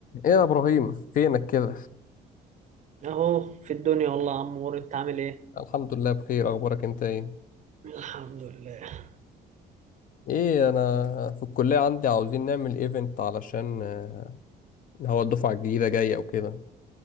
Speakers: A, on the left (about 55°); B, on the right (about 45°).
A: ايه يا ابراهيم فينك كده
B: اهو في الدنيا والله يا عمور انت عامل ايه
A: الحمد لله بخير اخبارك انت ايه
B: الحمد لله
A: ايه انا في الكليه عندي عاوزين نعمل ايفنت علشان آه، هو الدفعه الجديده جايه وكده